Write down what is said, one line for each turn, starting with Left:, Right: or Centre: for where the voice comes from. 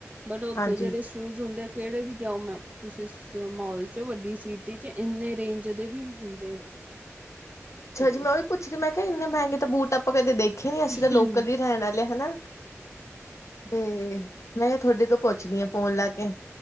Right: ਬਟ ਉੱਥੇ
Left: ਹਾਂਜੀ।
Right: ਜਿਹੜੇ ਸ਼ੂਜ ਹੁੰਦੇ ਕਿਹੜੇ ਵੀ ਜਾਓ, ਮੈਂ ਤੁਸੀਂ ਮੋਲ 'ਚ ਵੱਡੀ ਸੀਟੀ 'ਚ ਇਨੇ ਰੇਂਜ ਦੇ ਵੀ ਹੁੰਦੇ ਨੇ।
Left: ਅੱਛਾ
Right: ਹੂੰ
Left: ਜੀ, ਮੈਂ ਉਹੀ ਪੁੱਛ ਦੀ ਮੈਂ ਕਿਹਾ, ਇੰਨੇ ਮਹਿੰਗੇ ਤਾਂ ਬੂਟ ਕਦੇ ਦੇਖੇ ਨੀ, ਅਸੀਂ ਤਾਂ ਲੋਕਲ
Right: ਹੂੰ-ਹੂੰ
Left: ਜੇ ਲੈਣ ਆਲੇ ਹਨਾ ਤੇ ਮੈਂ ਤੁਹਾਡੇ ਤੋਂ ਪੁੱਛਦੀ ਆ, ਫੋਨ ਲਾ ਕੇ।